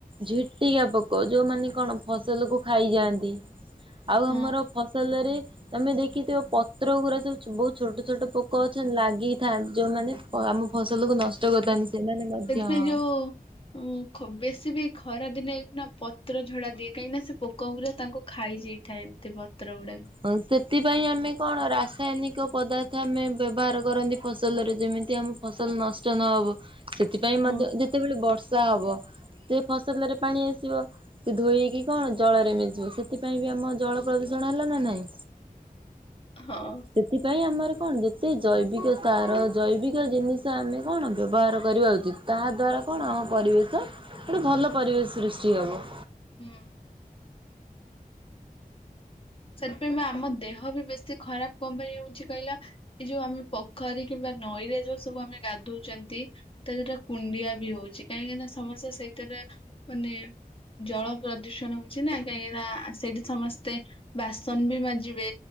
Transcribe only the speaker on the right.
ଝିଟିକା ପୋକ ଯୋଉମାନେ କଣ ଫସଲ କୁ ଖାଇଯାଆନ୍ତି। ଆଉ ଆମର
ଫସଲ ରେ ତମେ ଦେଖିଥିବ ପତ୍ର ଗୁଡା ସବୁ ବହୁତ ଛୋଟ ଛୋଟ ପୋକ ଅଛନ୍ତି ଲାଗିଥାନ୍ତି ଯୋଉମାନେ ଆମ ଫସଲ କୁ ନଷ୍ଟ କରିଥାନ୍ତି ସେମାନେ
ହଁ
ହଁ ସେଥିପାଇଁ ଆମେ କଣ ରାସାୟନିକ ପଦାର୍ଥ ଆମେ ବ୍ୟବହାର କରନ୍ତି ଫସଲରେ ଯେମିତି ଆମ ଫସଲ ନଷ୍ଟ ନହବ ସେଥିପାଇଁ
ମଧ୍ୟ ଯେତେବେଳେ ବର୍ଷା ହବ। ସେ ଫସଲରେ ପାଣି ଆସିବ। ସେ ଧୋଇକି କଣ ଜଳରେ ମିଶିବ ସେଥିପାଇଁ ବି ଆମ ଜଳ ପ୍ରଦୂଷଣ ଲାନା ନାଇଁ।
ସେଥିପାଇଁ ଆମର କ ଣ ଯେତେ ଜୈବିକ ତାର ଜୈବିକ ଜିନିଷ ଆମେ କଣ ବ୍ୟବହାର କରିବା ଉଚିତ୍। ତା ଦଵାରା କ ଣ ଆମ ପରିବେଶ ଗୋଟେ ଭଲ ପରିବେଶ ସୃଷ୍ଟି ହେବ।